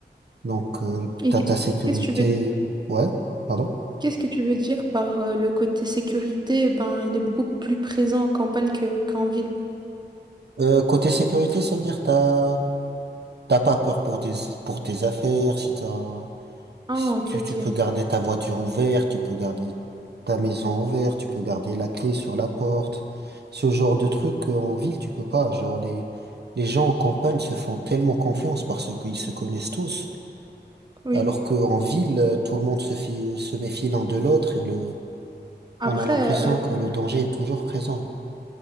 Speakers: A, on the right (about 65°); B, on the right (about 25°).
A: Donc, euh,
B: Et
A: t'as
B: qu'est-ce
A: ta sécurité.
B: qu'est-ce que tu veux
A: Ouais, pardon.
B: Qu'est-ce que tu veux dire par euh, le côté sécurité? Eh Ben, il est beaucoup plus présent en campagne que, qu'en ville.
A: Euh, côté sécurité, ça veut dire t'as, t'as pas peur pour tes, pour tes affaires, si t'as,
B: Ah,
A: Si
B: ok,
A: Tu,
B: ok.
A: tu peux garder ta voiture ouverte, tu peux garder ta maison ouverte, tu peux garder la clé sur la porte. Ce genre de truc qu'en ville, tu peux pas. Genre les, les gens en campagne se font tellement confiance parce qu'ils se connaissent tous.
B: Oui.
A: Alors qu'en ville, euh, tout le monde se fi- se méfie l'un de l'autre et le,
B: Après,
A: on a l'impression
B: euh,
A: que le danger est toujours présent.